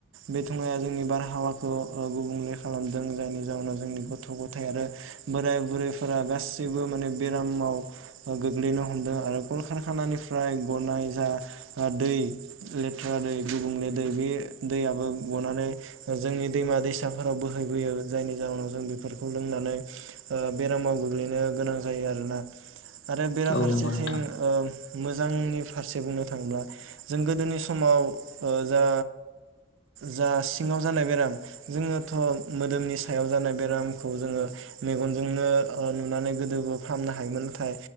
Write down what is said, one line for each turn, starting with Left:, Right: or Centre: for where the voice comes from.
Right: बे धुङाया जोंनि बारहावाखौ ओ गुबुंले खालामदों जायनि जाउनाव जोंनि गथ' गथाय आरो बोराइ बुरैफोरा गासैबो माने बेरामाव ओ गोग्लैनो हमदों आरो कलकारखानानिफ्राय गनाय जा ओ दै लेथ्रा दै गुबुंले दै बे दैयाबो गनानै ओ जोंनि दैमा दैसा फोराव बोहैबोयो जायनि जाउनाव जों बेफोरखौ लोंनानै ओ बेरामाव गोग्लैनो गोनां जायो आरोना। आरो बेराफारसेथिं
Left: औ नंगौ नोंथां
Right: ओ मोजांनि फारसे बुंनो थाङोब्ला जों गोदोनि समाव ओ जा जा सिङाव जानाय बेराम जोङो थ' मोदोमनि सायाव जानाय बेरामखौ जोङो मेगनजोंनो ओ नुनानै गोदोबो फाहामनो हायोमोन नाथाय